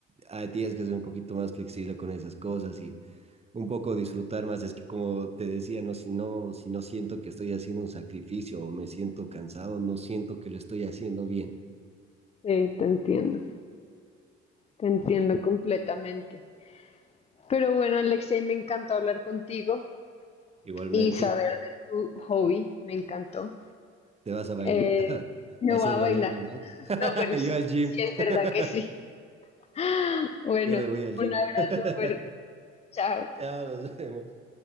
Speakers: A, on the right; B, on the left.
A: ah, tienes que ser un poquito más flexible con esas cosas y un poco disfrutar más. Es que como te decía, no, si no, si no siento que estoy haciendo un sacrificio o me siento cansado, no siento que lo estoy haciendo bien.
B: sí, te entiendo, te entiendo completamente. Pero bueno, Alexei, me encantó hablar contigo
A: Igualmente,
B: y saber de tu hobby, me encantó.
A: te vas a bailar,
B: Eh,
A: <laughs>
B: me
A: a hacer
B: voy a bailar.
A: ballet, ¿verdad?
B: <laughs> No, pero
A: <laughs>
B: sí,
A: Yo al gym.
B: sí, es verdad que
A: <laughs>
B: sí. <laughs> Bueno,
A: Yo me voy al gym.
B: un abrazo
A: <laughs>
B: fuerte. Chao.
A: Chao, nos vemos.